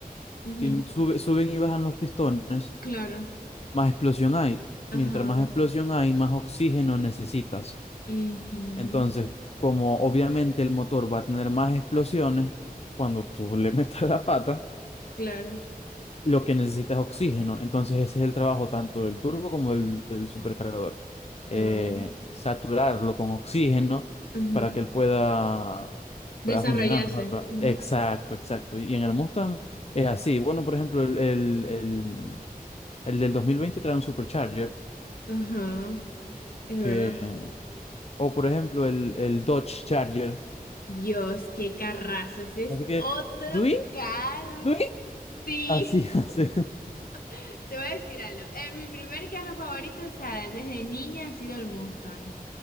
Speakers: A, on the left; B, on the left.
A: ujú.
B: tien- sube- suben y bajan los pistones,
A: Claro,
B: más explosión hay.
A: ajá,
B: Mientras más explosión hay, más oxígeno necesitas.
A: ujú,
B: Entonces, como obviamente el motor va a tener más explosiones, cuando tú le <laughs> metas la pata,
A: claro,
B: lo que necesita es oxígeno. Entonces ese es el trabajo tanto del turbo como del, del supercargador. Eh,
A: ah,
B: saturarlo con oxígeno
A: ajá,
B: para que él pueda,
A: desarrollarse,
B: pueda funcionar mejor. pa-
A: ajá,
B: Exacto, exacto. Y en el Mustang es así. Bueno, por ejemplo, el, el, el, el del 2020 trae un supercharger
A: ajá, es
B: que,
A: verdad.
B: o por ejemplo, el, el Dodge Charger.
A: Dios, qué carrazo, ese es
B: Así que,
A: otro
B: ¿Dui?
A: carro.
B: ¿Dui?
A: Sí,
B: Así, <laughs> así.
A: <laughs> te voy a decir algo. En mi primer carro favorito, o sea, desde niña ha sido el Mustang.